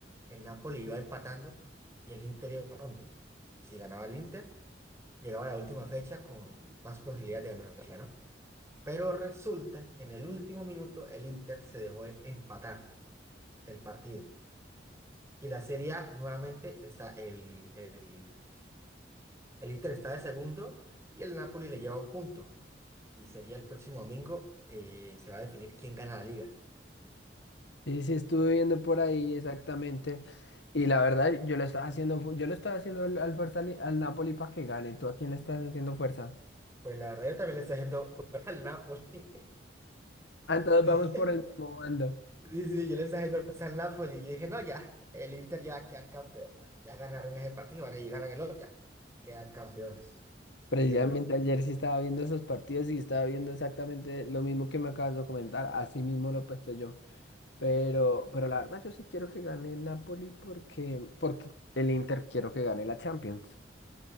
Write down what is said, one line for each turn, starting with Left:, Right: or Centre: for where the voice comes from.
Right: el Napoli iba empatando y el Inter iba ganando. Si ganaba el Inter, llegaba a la última fecha con más posibilidades de ganar la liga, ¿no? Pero resulta que en el último minuto el Inter se dejó empatar el partido. Y la Serie A nuevamente está el, el, el Inter está de segundo y el Napoli le lleva un punto. Y sería el próximo domingo, eh, se va a definir quién gana la liga.
Left: Sí, sí, estuve viendo por ahí exactamente. Y la verdad, yo le estaba haciendo, fu- yo le estaba haciendo al, al fuerza li- al Napoli para que gane. ¿Tú a quién le estás haciendo fuerza?
Right: Pues la verdad yo también le estoy haciendo fuera al Napoli.
Left: Ah, entonces
Right: <laughs>
Left: vamos
Right: Sí.
Left: por el mismo bando.
Right: Sí, sí, yo les dije diciendo al Napoli y yo dije, no, ya, el Inter ya va a quedar campeón. Ya ganaron ese partido van a- y ganan el otro, ya quedan campeones.
Left: Precisamente
Right: Dije yo,
Left: ayer sí estaba viendo esos partidos y estaba viendo exactamente lo mismo que me acabas de comentar. Así mismo lo pensé yo. Pero, pero la verdad, yo sí quiero que gane el Napoli porque, porque el Inter quiero que gane la Champions.